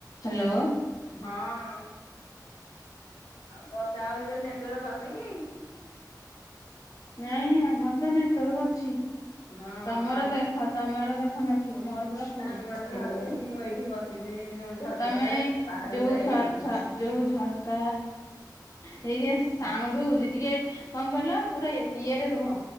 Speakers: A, on the left; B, on the left.
A: Hello.
B: ହଁ ଅଁ ବର୍ଷା ହଉଛି ବୋଲି ନେଟୱାର୍କ ପାଉନି କି?
A: ନାଇଁ ଆମର ତ ନେଟୱାର୍କ ଅଛି।
B: ହଁ
A: ତମର
B: ଆମ
A: ଦେଖ ତମର ଦେଖ ନଥିବ ମୋର ପା ଫୁଲ।
B: ଆମର ବି ଅଛି ମୁଁ ଏଇଠି ବସିଛି ଯୋଉ ଝରକା
A: ତମେ
B: ପାଖରେ ବାହାରକୁ
A: ଯୋଉଝଝ
B: ଯାଇ ହବନି
A: ଯୋଉ ଝରକା ହେଇଆସ ସାଉଣ୍ଡ ହଉଛି ଟିକେ କଅଁ କହିଲ ପୁରା ଇଏ ରେ ରୁହ